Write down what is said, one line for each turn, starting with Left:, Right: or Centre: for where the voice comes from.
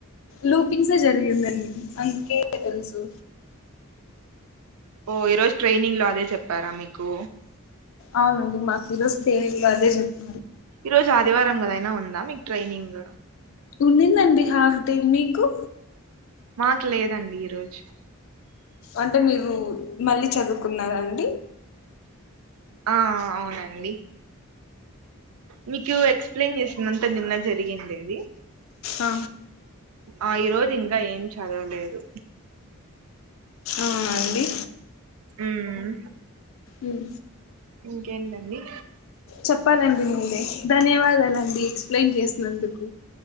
Left: లూపింగ్సే జరిగిందండి అందుకే తెలుసు
Right: <inaudible> ఓ ఈరోజు ట్రైనింగ్ లో అదే చెప్పారా మీకు
Left: అవునండి మాకు ఈరోజు ట్రైనింగ్ లో అదే చెప్తరూ.
Right: ఈ రోజు ఆదివారం కదా అయినా ఉందా మీకు ట్రైనింగ్.
Left: ఉన్నిందండి హాఫ్ డే మీకు,
Right: మాకు లేదండి ఈరోజు
Left: అంటే మీరు మళ్ళీ చదువుకున్నారండి.
Right: ఆ అవునండి. మీకు ఎక్స్ప్లెయిన్ చేసిందంతా నిన్న జరిగిండేది
Left: ఆ
Right: ఆ ఈరోజు ఇంకా ఏం చదవలేదు.
Left: ఆ అండి.
Right: ఉమ్
Left: ఉం
Right: ఇంకేంటండి.
Left: చెప్పాలండి మీరే ధన్యవాదాలండి ఎక్స్ప్లెయిన్ చేసినందుకు